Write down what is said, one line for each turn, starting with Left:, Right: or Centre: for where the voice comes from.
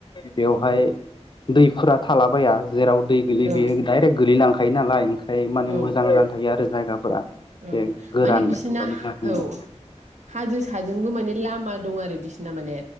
Left: बेवहाय दैफोरा थालाबाया जेराव दै गोैलै
Right: औ
Left: बेयो दाइरेक्ट गोलैलांखायो नालाय ओंखाय माने
Right: औ
Left: मोजां जान थायो आरो जायगाफोरा। एसे
Right: औ
Left: गोरान
Right: माने बिसिना
Left: बायदि जानानै
Right: औ हाजो साजोंबो माने लामा दं आरो बिसिना माने